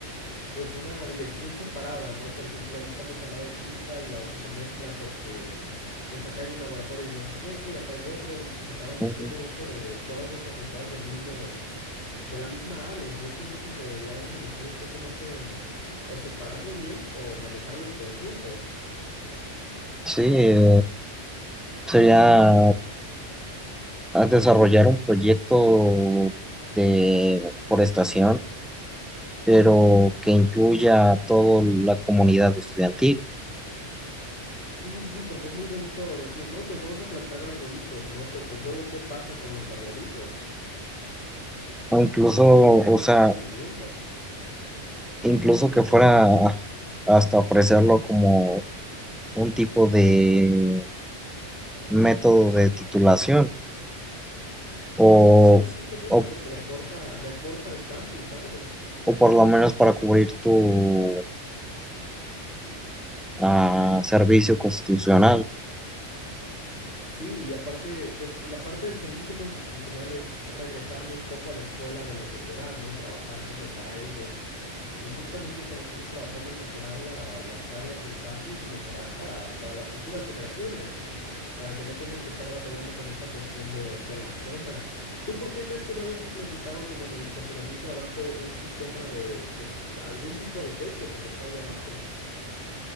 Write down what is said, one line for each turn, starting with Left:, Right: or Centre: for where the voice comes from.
Left: pues una dirección separada, ¿no? Por ejemplo, ahí estamos al lado de química y a veces se mezcla porque... Pues acá hay un laboratorio no sé qué y acá hay otro y pues acaban
Centre: Ujú.
Left: haciendo uso de todas las facultades del mismo, de la misma área, entonces siento que se debería de manejar un poco más en o separarlo bien o manejarlo en conjunto.
Centre: Sí, eh, sería a desarrollar un proyecto de forestación, pero que incluya a toda la comunidad estudiantil.
Left: Sí, sí, sí, porque es muy bonito decir, no, pues vamos a plantar arbolitos, ¿no? Pero pues luego, ¿qué pasa con los arbolitos?
Centre: O incluso,
Left: Hay que darles
Centre: o sea,
Left: un seguimiento.
Centre: incluso que fuera hasta ofrecerlo como un tipo de método de titulación o,
Left: Sí, sí, sí, justamente
Centre: o,
Left: porque le aporta, le aporta al campus algo.
Centre: o por lo menos para cubrir tu ah, servicio constitucional.
Left: Sí, y aparte, pues la parte del servicio constitucional es regresarle un poco a la escuela de lo que te da, ¿no? Trabajar como para ellos. Y justamente estaríamos trabajando en mejorar la- las áreas del campus y mejorar para, para las futuras generaciones, para que no tengan que estar batallando con esta cuestión de, de la sombra. ¿Tú por qué crees que no hayan implementado como en el estacionamiento de abajo un sistema de, pues, algún tipo de techo como está ahí abajo?